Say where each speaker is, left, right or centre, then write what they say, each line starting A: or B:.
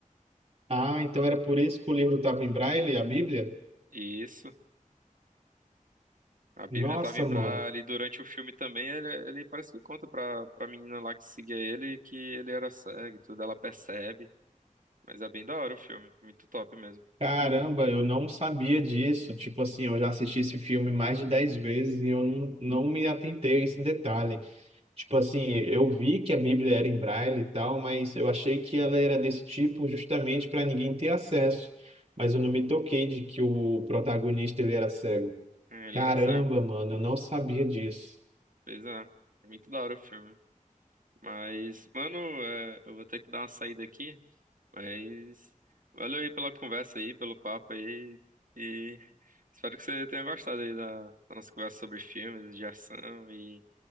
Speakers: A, on the right; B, on the right.
A: Ah, então era por isso que o livro estava em braille, a Bíblia?
B: E isso, a Bíblia
A: Nossa,
B: estava em Braille,
A: mano.
B: e durante o filme também ele, ele parece que conta pra, pra menina lá que seguia ele que ele era cego e tudo, ela percebe. Mas é bem da hora o filme, muito top mesmo.
A: Caramba, eu não sabia disso. Tipo assim, eu já assisti esse filme mais de 10 vezes e eu não, não me atentei a esse detalhe. Tipo assim, eu vi que a Bíblia era em braille e tal, mas eu achei que ela era desse tipo justamente para ninguém ter acesso. Mas eu não me toquei de que o protagonista ele era cego.
B: É, Ele
A: Caramba,
B: era cego,
A: mano, eu não sabia disso.
B: bizarro. Muito da hora o filme. Mas, mano, é, eu vou ter que dar uma saída aqui. Mas valeu aí pela conversa aí, pelo papo aí. E espero que você tenha gostado aí da, da nossa conversa sobre filmes de ação e,